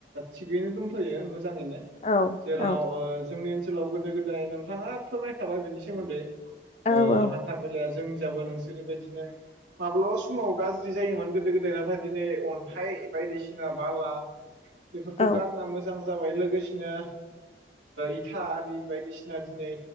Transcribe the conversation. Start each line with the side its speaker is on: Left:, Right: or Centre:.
Right: थिगैनो दंथ'यो मोजाङैनो
Left: औ
Right: जेराव
Left: औ
Right: ओ जोंनि ओनसोलाव गोदो गोदाय नोंथाङा फोरमायखाबाय बेनि सोमोन्दै
Left: औ
Right: ओ
Left: औ
Right: हान्था मेलाया जोंनि यावबो नोंसोरनि बायदिनो माब्लाबा समाव गाज्रि जायोमोन गोदो‌ गोदाय नाथाय दिनै अन्थाइ बायदिसिना बाला बेफोरखौ
Left: औ
Right: गारना मोजां जाबाय लोगोसेनो इथा आरि बायदिसिना दिनै